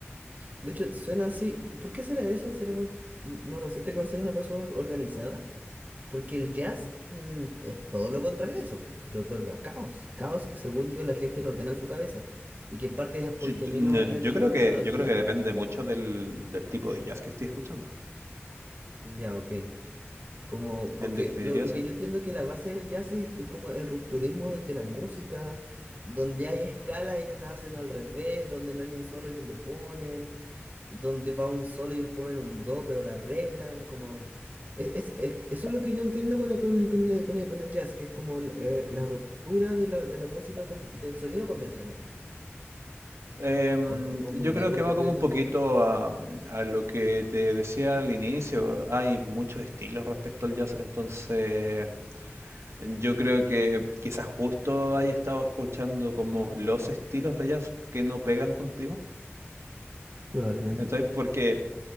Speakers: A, on the right (about 35°); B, on the right (about 75°).
A: De hecho, suena así, ¿por qué será eso? ¿Será por, no lo sé, te conocer una persona organizada? Porque el jazz mm, es todo lo contrario de eso. Te otorga caos. Caos que según yo la gente lo ordena en su cabeza. Y que en parte es porque
B: Yo, yo-
A: a mí
B: no,
A: no, yo, yo
B: yo creo
A: no,
B: que,
A: yo no lo
B: yo
A: entiendo,
B: creo que depende
A: ¿cachai?
B: mucho del, del tipo de jazz que estoy escuchando.
A: Ya, ok. Como, porque
B: En definitiva,
A: lo, lo
B: sí.
A: que yo entiendo es que la base del jazz es, es como el rupturismo de, de la música, donde hay escalas, ellos las hacen al revés, donde no hay un solo, ellos lo ponen, donde va un solo, ellos ponen un do, pero la arreglan, como... es- es- es- eso es lo que yo entiendo con el, con, con el, con el- con el jazz, que es como eh, la ruptura de la, de la música, con- del sonido convencional.
B: Em,
A: ¿O, esto- o muy
B: yo
A: lejos
B: creo que
A: lo
B: va
A: que estoy
B: como
A: diciendo?
B: un poquito a, a lo que te decía al inicio. Hay muchos estilos respecto al jazz, entonces yo creo que quizás justo ahí estado escuchando como los estilos de jazz que no pegan contigo,
A: Probablemente.
B: ¿cachai? Porque